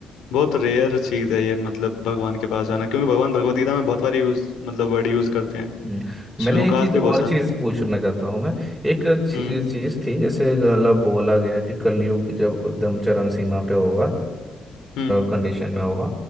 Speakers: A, on the left; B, in the centre.
A: बहुत रेयर चीज है ये मतलब भगवान के पास जाना क्योंकि भगवान भगवत गीता में बहुत बार यूज मतलब वर्ड यूज करते हैं
B: हम्म,
A: श्लोकास
B: मैंने एक चीज
A: भी बहुत
B: और
A: सारे
B: चीज
A: हैं।
B: पूछना चाहता हूँ मैं एक चीज
A: हम्म
B: चीज थी जैसे मतलब बोला गया कि कलयुग जब एकदम चरम सीमा पे होगा
A: हम्म
B: कंडीशन में होगा